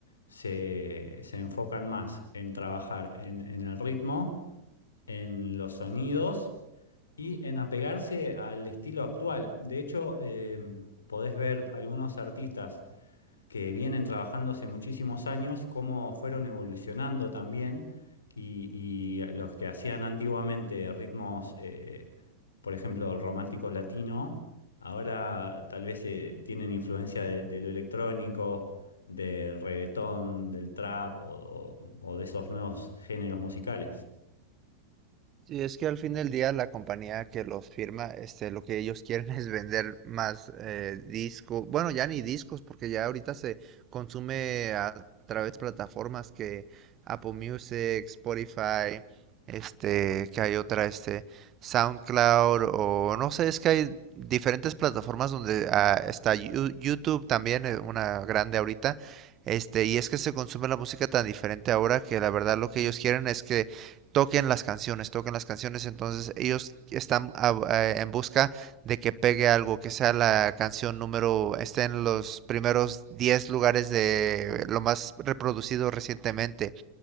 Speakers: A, on the left; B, on the right.
A: se, se enfocan más en trabajar en, en el ritmo, en los sonidos y en apegarse al estilo actual. De hecho, eh, podés ver algunos artistas que vienen trabajando hace muchísimos años, cómo fueron evolucionando también y, y los que hacían antiguamente ritmos, eh, por ejemplo, romántico latino, ahora tal vez eh, tienen influencia de, de lo electrónico, del reggaetón, del trap o o- o de esos nuevos géneros musicales.
B: Sí, es que al fin del día la compañía que los firma, este, lo que ellos quieren <laughs> es vender más eh, discos, bueno, ya ni discos, porque ya ahorita se consume a través de plataformas que Apple Music, Spotify, este, que hay otra, este, SoundCloud, o no sé, es que hay diferentes plataformas donde ah, está Yu- YouTube también, eh, una grande ahorita, este, y es que se consume la música tan diferente ahora que la verdad lo que ellos quieren es que toquen las canciones, toquen las canciones, entonces ellos están a- a- en busca de que pegue algo, que sea la canción número, esté en los primeros 10 lugares de lo más reproducido recientemente.